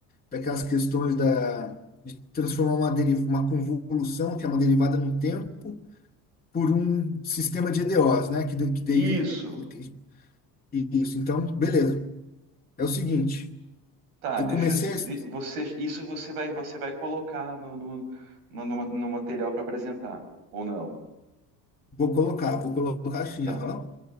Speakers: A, on the left (about 20°); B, on the right (about 85°).
A: daquelas questões da, de transformar uma, deri- uma convolução, que é uma derivada no tempo, por um sistema de EDOs, né? Que, da- que daí.
B: Isso,
A: que- Isso, então, beleza. É o seguinte,
B: tá,
A: eu
B: deixa
A: comecei
B: eu-
A: a... est-
B: de- você, isso você vai, você vai colocar no, no, no, numa- no material para apresentar, ou não,
A: Vou colocar, vou colocar assim,
B: tá.
A: aham.